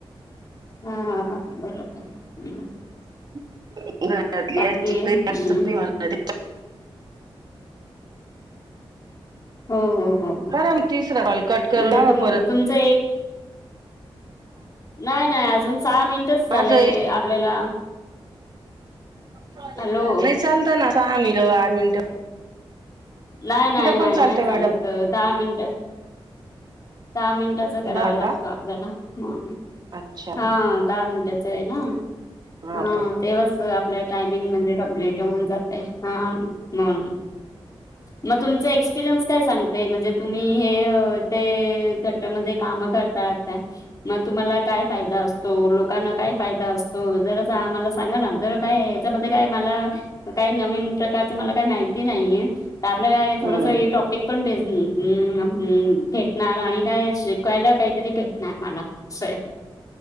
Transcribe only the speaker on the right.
<unintelligible>
करा म तिसरा कॉल कट
करून लावा
परत.
माझं
नाही
चालतं ना सहा मिट आठ मिनटं.
पण चालतं
मॅडम
दहा
का
अच्छा
हो
का
हम्म